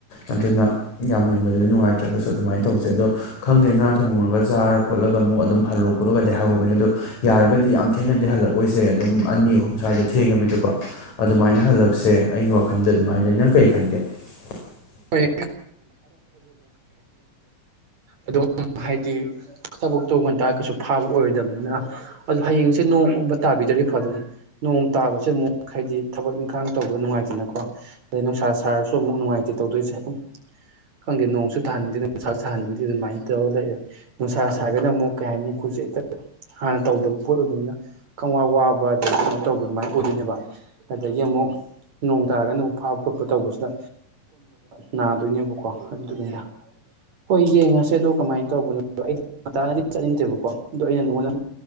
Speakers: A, on the left; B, on the right.
A: ꯑꯗꯨꯅ ꯌꯥꯝ ꯉꯟꯕꯗꯗꯤ ꯅꯨꯡꯉꯥꯏꯇ꯭ꯔꯒꯁꯨ ꯑꯗꯨꯃꯥꯏꯅ ꯇꯧꯁꯦ ꯑꯗꯣ ꯈꯪꯗꯦ ꯉꯥꯔ ꯊꯣꯡꯉꯒ ꯆꯥꯔ ꯈꯣꯠꯂꯒ ꯑꯃꯨꯛ ꯑꯗꯨꯝ ꯍꯜꯂꯛꯑꯣ ꯈꯣꯠꯂꯒꯗꯤ ꯍꯥꯏꯍꯧꯕꯅꯦ ꯑꯗꯣ ꯌꯥꯔꯒꯗꯤ ꯌꯥꯝ ꯊꯦꯡꯅꯗꯤ ꯍꯜꯂꯛꯑꯣꯏꯁꯦ ꯑꯗꯨꯝ ꯑꯅꯤ ꯑꯍꯨꯝ ꯁ꯭ꯋꯥꯏꯗ ꯊꯦꯡꯉꯕꯤꯗꯀꯣ ꯑꯗꯨꯃꯥꯏꯅ ꯍꯜꯂꯛꯁꯦ ꯑꯩꯒꯤ ꯋꯥꯈꯟꯗ ꯑꯗꯨꯃꯥꯏꯅ ꯂꯩ ꯅꯪ <unintelligible>
B: ꯍꯣꯏ ꯑꯗꯨ ꯍꯥꯏꯗꯤ ꯊꯕꯛ ꯇꯨ ꯉꯟ ꯇꯔ ꯀꯁꯨ ꯐꯥꯕ ꯑꯣꯏꯔꯣꯏꯗꯕꯅꯤꯅ ꯑꯗꯨꯗꯣ ꯍꯌꯦꯡꯁꯦ ꯅꯣꯡꯕ ꯇꯥꯕꯤꯗ ꯅꯣꯡ ꯇꯥꯕꯁꯤ ꯍꯥꯏꯗꯤ ꯊꯕꯛ ꯏꯪꯈꯥꯡ ꯇꯧꯕ ꯅꯨꯡꯉꯥꯏꯇꯗꯅꯀꯣ ꯑꯗꯩ ꯅꯨꯡꯁꯥ ꯁꯥ ꯅꯨꯡꯉꯥꯏꯇꯦ ꯇꯧꯗꯣꯏꯁꯦ ꯈꯪꯗꯦ ꯅꯣꯡꯁꯨꯥꯍꯟꯗ ꯅꯨꯡꯁꯥꯅꯤꯡꯗꯤ ꯑꯗꯨꯃꯥꯏꯅ ꯇꯧꯔꯒ ꯂꯩꯔꯦ ꯅꯨꯡꯁꯥ ꯁꯥꯒꯗꯅ ꯑꯃꯨꯛ ꯀꯩ ꯍꯥꯏꯅꯤ ꯑꯩꯈꯣꯏ ꯍꯥꯟꯅ ꯇꯧꯗꯕ ꯄꯣꯠ ꯑꯣꯏꯕꯅꯤꯅ ꯈꯪꯋꯥ ꯋꯥꯕ ꯑꯗꯒꯤ ꯀꯩꯅꯣ ꯇꯧꯕ ꯑꯗꯨꯃꯥꯏꯅ ꯑꯣꯏꯗꯣꯏꯅꯦꯕ ꯑꯗꯒꯤ ꯑꯃꯨꯛ ꯅꯣꯡ ꯇꯥꯔꯒ ꯑꯃꯨꯛ ꯐꯥꯕ ꯈꯣꯠꯄ ꯇꯧꯕꯁꯤꯗ ꯅꯥꯗꯣꯏꯅꯦꯕꯀꯣ ꯑꯗꯨꯗꯨꯗ ꯍꯣꯏ ꯉꯁꯤꯗꯣ ꯀꯃꯥꯏꯅ ꯇꯧꯕꯅꯣꯗꯣ ꯑꯩ ꯃꯇꯥꯡꯗꯗꯤ ꯆꯠꯅꯤꯡꯗꯦꯕꯀꯣ ꯑꯗꯣ ꯑꯩꯅ ꯅꯉꯣꯟꯗ